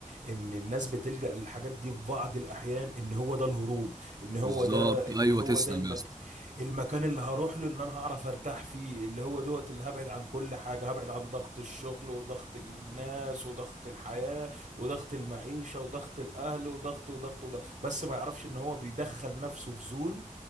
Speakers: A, on the right (about 65°); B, on the right (about 25°).
A: ان الناس بتلجأ للحاجات دي في بعض الاحيان ان هو ده الهروب ان هو
B: بالظبط
A: ده ان
B: ايوه
A: هو
B: تسلم
A: ده المك...
B: يا اسطى
A: المكان اللي هروح له اللي انا هعرف ارتاح فيه اللي هو دوت اللي هبعد عن كل حاجه هبعد عن ضغط الشغل وضغط الناس وضغط الحياه وضغط المعيشه وضغط الاهل وضغط وضغط وضغط بس ما يعرفش ان هو بيدخل نفسه في زون